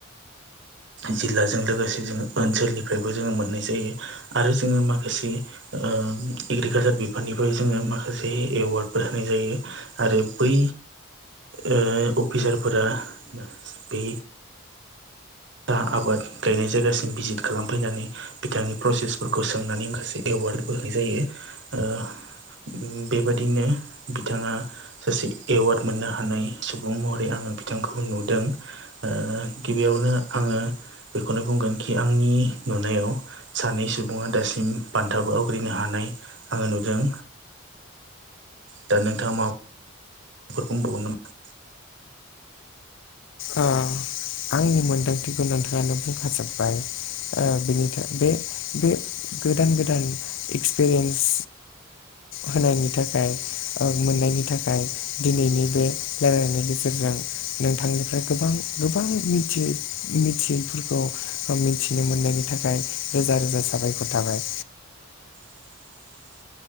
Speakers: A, on the right (about 55°); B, on the left (about 60°).
A: जिल्लाजों लोगोसे जोङो ओनसोलनिफ्रायबो जोङो मोननाय जायो। आरो जोङो माखासे। ओम एग्रिकालसार बिफाननिफ्राय जोङो माखासे एवार्डफोर होनाय जायो। आरो बै। ओम अफिसारफोरा बे। दा आबाद गायनाय जायगासिम भिजिट खालामफैनानै। बिथांनि प्रसेसफोरखौ सोंनानै माखासे एवार्डबो होनाय जायो ओ। ओम बेबादिनो बिथाङा। सासे एवार्ड मोननो हानाय सुबुं महरै आङो बिथांखौ नुदों। ओ गिबियावनो आङो बेखौनो बुंगोन कि आंनि नुनायाव। सानै सुबुङा दासिम बान्थाबो आवग्रिनो हानाय आङो नुदों। दा नोंथाङा मा। माबाफोर बुंबावगोन नामा?
B: ओ आंनि मोनदांथिखौ नोंथाङानो बुंखाजोब्बाय। ओ बेनि थाखाय बे बे गोदान गोदान एक्सपिरियेन्स। होनायनि थाखाय। ओम मोननायनि थाखाय दिनैनि बे रायलायायनायनि गेजेरजों नोंथांनिफ्राय। गोबां गोबां मिथियै मिथियैफोरखौ। मिथिनो मोननायनि थाखाय रोजा रोजा साबायखर थाबाय
A: <inaudible>